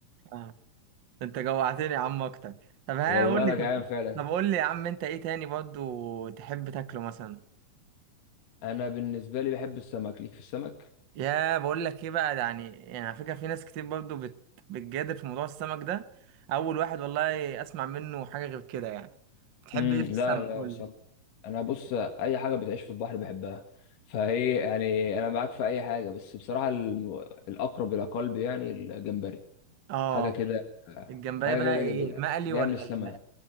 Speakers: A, on the right (about 75°); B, on the left (about 80°).
A: آه. انت جوعتني يا عم اكتر طب ها
B: والله
A: قول
B: أنا
A: لي طب
B: جعان فعلا
A: طب قول لي يا عم انت ايه تاني برضو تحب تاكله مثلا
B: أنا بالنسبة لي بحب السمك ليك في السمك
A: يا بقول لك ايه بقى ده يعني يعني على فكره في ناس كتير برضو بت... بتجادل في موضوع السمك ده اول واحد والله اسمع منه حاجه غير كده يعني بتحب
B: امم
A: ايه في
B: لا
A: السمك
B: لا
A: قول
B: بصراحه
A: لي
B: انا بص اي حاجه بتعيش في البحر بحبها فهي يعني انا معاك في اي حاجه بس بصراحه الم... الاقرب الى قلبي يعني الجمبري
A: اه
B: حاجه كده
A: الجمبري
B: حاجه
A: بقى
B: كده
A: ايه
B: جدا
A: المقلي
B: جايه
A: ولا
B: من السماء
A: ال...